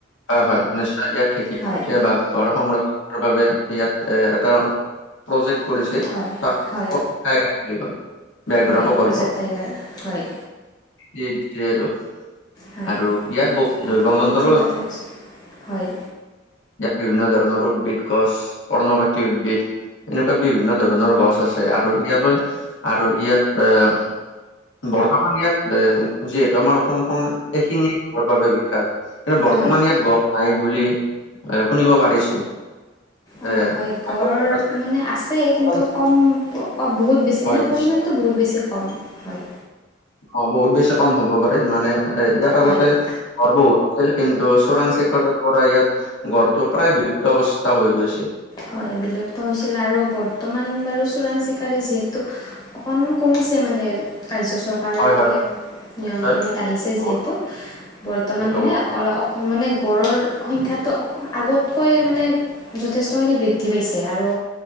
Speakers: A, on the left; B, on the left.
A: হয়, হয় নিশ্চয় ইয়াত ঢেকীয়া
B: হয়
A: পটিয়া বাঘৰ সংৰক্ষণৰ বাবে ইয়াত এ এটা প্ৰজেক্ট কৰিছে
B: হয়
A: তাক
B: হয়
A: <unintelligible> বুলি কয় ব্যাঘ্য
B: হয়
A: প্ৰকল্প।
B: প্ৰজেক্ট টাইগাৰ হয়।
A: সেইটো
B: হয়
A: আৰু ইয়াত বহুত জৈৱ
B: আপুনি
A: মণ্ডলো
B: ঠিক কথা
A: আছে।
B: কৈছে হয়।
A: ইয়াত বিভিন্ন ধৰণৰ উদ্ভিদ গছ পৰ্ণপতি উদ্ভিদ। এনেকুৱা বিভিন্ন ধৰণৰ গছ আছে, আৰু ইয়ালৈ আৰু ইয়াত আহ বৰ্তমান ইয়াত এ যিহেতু আমাৰ অসমখন এ শিঙীয়া গড়ৰ বাবে বিখ্যাত। কিন্তু বৰ্তমান
B: হয়
A: ইয়াত গড় নাই বুলি এ শুনিব পাৰিছো।
B: অ',
A: এ
B: হয়, গড়
A: আগত পঞ্চাছ
B: মানে আছে
A: শতাংশ
B: কিন্তু কম বহুত বেছি
A: হয়
B: মানে পৰিমাণতটো
A: নিশ্চয়।
B: বহুত বেছি কম হয়।
A: অ', বহুত বেছি কম হ'ব পাৰে মানে এ ইয়াত আগতে
B: হয়
A: ঘৰ বহুত আছিল কিন্তু চোৰাং চিকাৰী পৰা ইয়াত গঁড়টো প্ৰায় বিলুপ্ত অৱস্থা হৈ গৈছে।
B: হয়, বিলুপ্ত হৈছিল আৰু বৰ্তমান বাৰু চোৰাং চিকাৰী যিহেতু অকনমান কমিছে মানে কাৰ্য কাৰৰ
A: হয় হয়
B: মানে নিয়ন্ত্ৰণত
A: নিশ্চয়
B: আহিছে
A: বহুত
B: যিহেতু বৰ্তমান
A: এইটো
B: মানে
A: ক'ব লাগে
B: অ মানে গঁড়ৰ সংখ্যাটো অ' আগতকৈ মানে যথেষ্ট খিনি বৃদ্ধি পাইছে আৰু